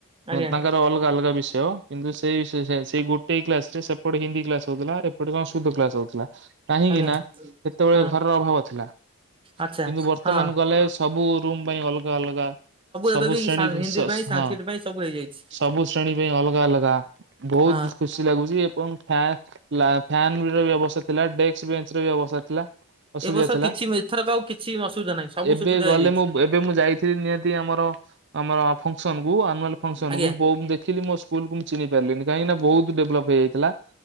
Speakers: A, on the right (about 25°); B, on the right (about 55°).
A: ଆଜ୍ଞା
B: ତାଙ୍କର ଅଲ୍ ସବୁ ଅଲଗା ବିଷୟ, କିନ୍ତୁ ସେ-ସେଇ ଗୋଟାଏ କ୍ଲାସ୍ ରେ ସେପଟେ ହିନ୍ଦୀ କ୍ଲାସ ହଉଥିଲା। ଏପ୍ ଏପଟେ କଣ ସୁଦ୍ଧ କ୍ଲାସ ହଉଥିଲା। କାହିଁକି
A: ଆଜ୍ଞା
B: ନା ସେତେବେଳେ
A: ହଁ
B: ଘରର ଅଭାବ ଥିଲା।
A: ଆଚ୍ଛା
B: କିନ୍ତୁ ବର୍ତ୍ତମାନ
A: ହଁ
B: ଗଲେ ସବୁ ରୁମ୍ ପାଇଁ ଅଲଗା ଅଲଗା ସବୁ
A: ଏବେ ବି
B: ଶ୍ରେଣୀ ଭିଷସ୍
A: ହିନ୍ଦୀ ପାଇଁ ସାଂସ୍କ୍ରିଟ
B: ହଁ,
A: ପାଇଁ ସବୁ ହେଇଯାଇଛି
B: ସବୁ ଶ୍ରେଣୀ ପାଇଁ ଅଲଗା ଅଲଗା। ବହୁତ୍
A: ହଁ
B: ଖୁସି ଲାଗୁଛି। ଏବଂ ଫା- ଲା ଫ୍ୟାନ ର ବ୍ୟବସ୍ଥା ଥିଲା। ଡେସ୍କ୍, ବେଞ୍ଚ ର ବ୍ୟବସ୍ଥା ଥିଲା। ଅସୁବିଦା
A: ଏ ବର୍ଷ
B: ଥିଲା।
A: କିଛି ଏଥରକ ଆଉ କିଛି ଅସୁବିଧା ନାହିଁ ସବୁ
B: ଏବେ
A: ସୁବିଧା
B: ଗଲେ
A: ହେଇଯାଇଛି
B: ମୁଁ, ଏବେ ମୁଁ ଯାଇ ଚି, ନିହାତି ଆମର ଆମ--ଫଙ୍କ୍ସନକୁ ଆନୁଆଲ୍ ଫଙ୍କ୍ସନ
A: ଆଜ୍ଞା।
B: କୁ, ବୋ ଦେଖିଲି ମୋ ସ୍କୁଲକୁୁ ମୁଁ ଚିହ୍ନି ପାରିଲିନି। କାହିଁକିନା ବହୁତ୍ ଡେଭ୍ଲପ୍ ହେଇଯାଇଥିଲା।